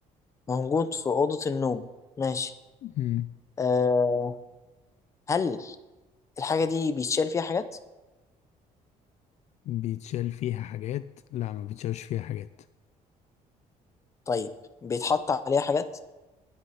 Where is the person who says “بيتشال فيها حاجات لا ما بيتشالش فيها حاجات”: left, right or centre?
Left